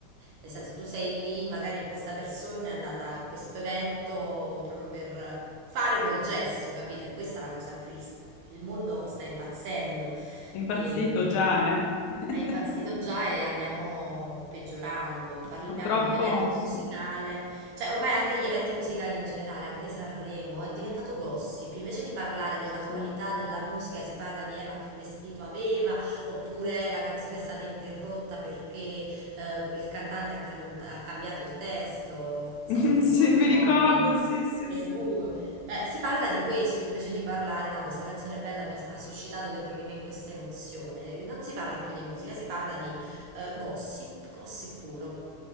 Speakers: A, on the right (about 75°); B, on the left (about 80°).
A: nel senso tu sei lì, magari questa persona è andata a questo evento proprio per fare quel gesto, capito? E questa è la cosa triste. Il mondo sta impazzendo
B: impazzito
A: e mm,
B: già, eh. <laughs>
A: è impazzito già e andiamo peggiorando. Parliamo
B: Purtroppo,
A: di un evento musicale
B: sì,
A: cioè, ormai anche gli eventi musicali in generale, anche Sanremo, è diventato gossip. Invece di parlare della
B: sì,
A: qualità della musica, si parla di eh, ma che vestito aveva, oppure eh, la canzone è stata interrotta perché eh, quel cantante ha, can- ha cambiato il testo. Non so
B: <laughs>
A: se ti
B: Sì,
A: ricordi,
B: mi ricordo,
A: Morgan
B: sì, sì,
A: e
B: sì.
A: Bugo. Cioè, si parla di questo invece di parlare, no, questa canzone è bella, mi ha, ha suscitato dentro di me questa emozione. Non si parla più di musica, si parla di eh, gossip, gossip puro.